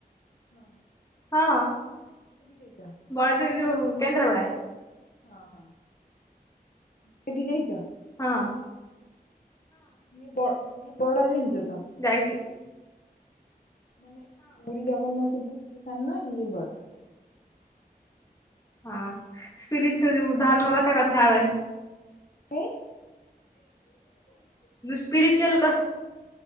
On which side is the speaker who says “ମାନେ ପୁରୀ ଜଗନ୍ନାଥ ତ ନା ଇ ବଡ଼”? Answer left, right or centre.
Left